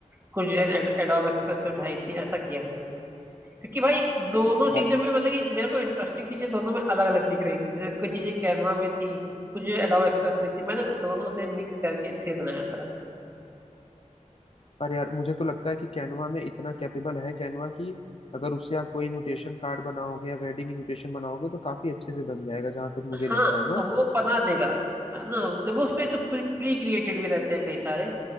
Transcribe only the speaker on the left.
भाई
पर यार मुझे तो लगता है कि कैनवा में इतना कैपेबल है कैनवा की अगर उससे आप कोई इनविटेशन कार्ड बनाओगे या वेडिंग इनविटेशन बनाओगे तो काफी अच्छे से बन जाएगा जहां तक मुझे
लगता है ना